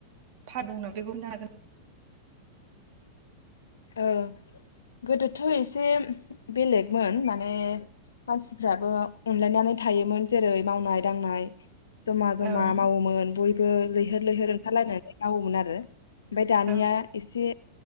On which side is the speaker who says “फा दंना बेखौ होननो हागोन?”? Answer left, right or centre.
Right